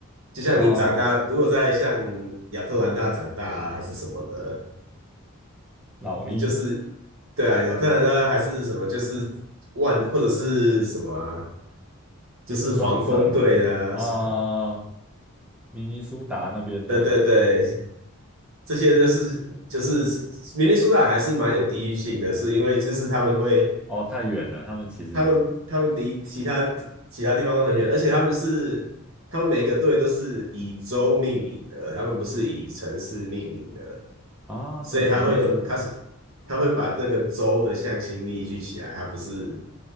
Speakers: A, on the right; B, in the centre.
A: 就像你长大，
B: 啊，
A: 如果在像亚特兰大长大啊，还是什么的，
B: 老鹰、
A: 你就是对啊，亚特兰大还是什么，就是万或者是什么啊就是黄蜂队啊，
B: 双城啊、
A: 是
B: 明尼苏达那边的
A: 对对对，这些就是就是明尼苏达还是蛮有地域性的，是因为就是他们会
B: 哦，太远了，他们其实。
A: 他们他们离其他其他地方都很远，而且他们是他们每个队都是以州命名的，他们不是以城市命名的，
B: 啊，
A: 所以它会有它是
B: 对，明尼苏达，
A: 它会把这个州的向心力聚起来，它不是。